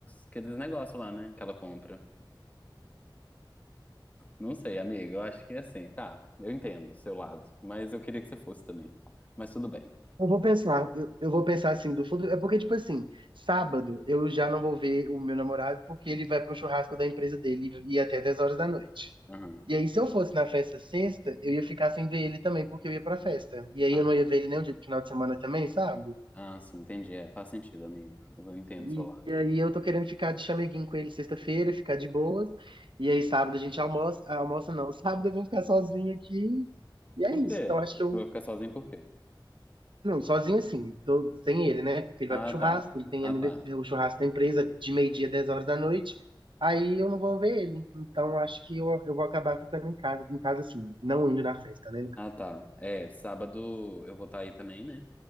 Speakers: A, on the left; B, on the right.
A: aqueles negócios lá, né? Que ela compra. Não sei, amiga, eu acho que é assim, tá. Eu entendo o seu lado, mas eu queria que você fosse também. Mas tudo bem.
B: Eu vou pensar, eu, eu vou pensar assim, do fundo. É porque, tipo assim, sábado eu já não vou ver o meu namorado porque ele vai pro churrasco da empresa dele e até 10 horas da noite.
A: Aham.
B: E aí, se eu fosse na festa sexta, eu ia ficar sem ver ele também porque eu ia pra festa. E aí
A: Ah,
B: eu não
A: tá.
B: ia ver ele nem o dia do final de semana também, sabe?
A: Ah, sim, entendi. É, faz sentido, amigo. Eu entendo
B: E,
A: o seu lado.
B: e aí eu tô querendo ficar de chameguinho com ele sexta-feira, ficar de boas. E aí sábado a gente almoça, almoça não, <laughs> sábado eu vou ficar sozinho aqui. E é
A: Por
B: isso.
A: quê?
B: Então acho que eu
A: Tu vai ficar sozinho por quê?
B: Não, sozinho assim, tô sem ele, né? Porque ele
A: Ah,
B: vai pro churrasco,
A: tá.
B: ele tem
A: Ah,
B: anive-
A: tá.
B: é, o churrasco da empresa de meio-dia, 10 horas da noite. Aí eu não vou ver ele. Então acho que eu, eu vou acabar ficando em casa, em casa assim, não indo na festa, né?
A: Ah, tá. É, sábado eu vou estar aí também, né?